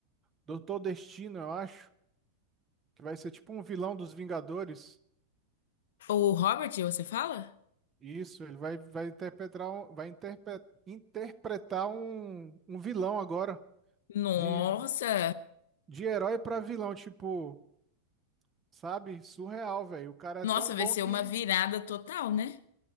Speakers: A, on the right; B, on the left.
A: Doutor Destino, eu acho, que vai ser tipo um vilão dos Vingadores.
B: O Robert, você fala?
A: Isso, ele vai, vai interpretar, um- vai interpre- interpretar um, um vilão agora,
B: Nossa!
A: de, de herói pra vilão, tipo, sabe? Surreal, velho. O cara é
B: Nossa,
A: tão bom
B: vai ser
A: que,
B: uma virada total, né?